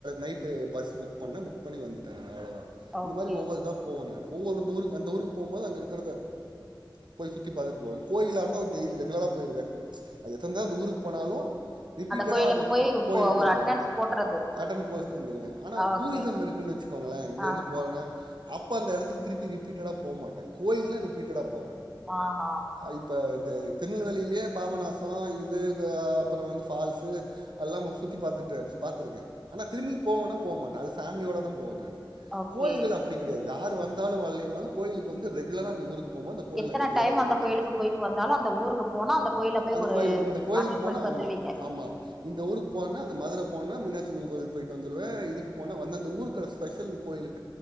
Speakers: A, on the right; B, in the centre.
A: நைட்டு பஸ் புக் பண்ண புக் பண்ணி வந்துட்டங்க அவ்ளதா
B: ஓகே
A: இந்த மாரி ஒவ்வொரு இதா போவ நானு ஒவ்வொரு ஊரு அந்த ஊருக்கு அங்க இருக்கிறத போய் சுத்தி பாத்துட்டு போவ கோயிலா இருந்தா டெய்லி ரெகுலரா போய்டுவ அது எத்தன தடவ அந்த ஊருக்கு போனாலு ரிபீட்டடா
B: கோயிலுக்கு
A: அந்த
B: போய் இப்போ
A: கோயிலுக்கு
B: ஒரு
A: போய்டுவ
B: அட்டனன்ஸ் போட்றது
A: அட்டன் போஸ்ட் வந்துருவே ஆனா ஒரு
B: ஓகே
A: டூரிசம் இருக்குன் வச்சுக்கோங்களே இங்க
B: ஆ
A: இருந்து போ அப்பறனா அப்ப அந்த இடத்துக் திருப்பி ரிப்பீட்டடா போ மாட்ட கோயில்னா ரிபீட்டடா போவ
B: ஆ ஹ
A: இப்ப இது திருநெல்வேலிலயே பாபநாச இது அப்பற வந்து ஃபால்ஸு எல்லாமே சுத்தி பாத்துட்டு பாத்திருக்கே ஆனா திரும்பி போவனா போ மாட்ட அது ஃபேமிலியோட தா போவே நானு
B: ஓகே
A: கோயில்கள் அப்டி கெடையாது யார் வந்தாலு வர்ல்லனாலு கோயிலுக்கு வந்து ரெகுலரா அந்த ஊருக் போம்போது அந்த கோயில
B: எத்தன
A: ரெகுலரா
B: டைம்
A: போய்
B: அந்த கோயிலுக்கு
A: <inaudible>
B: போயிட்டு வந்தாலு அந்த ஊருக்கு போனா அந்த கோயில போய்
A: அந்த
B: ஒரு
A: கோயிலுக் இந்த கோயிலுக்கு
B: அட்டன்
A: போனா
B: பண்ணிட்டு
A: ஆமா
B: வந்துருவீங்க
A: ஆமா இந்த ஊருக்கு போனா அந்த மதுர போனா மீனாட்சி அம்மன் கோயிலுக் போயிட்டு வந்துருவ இதுக்கு போனா அந்தந்த ஊருக் ஸ்பெஷல் கோயிலுக்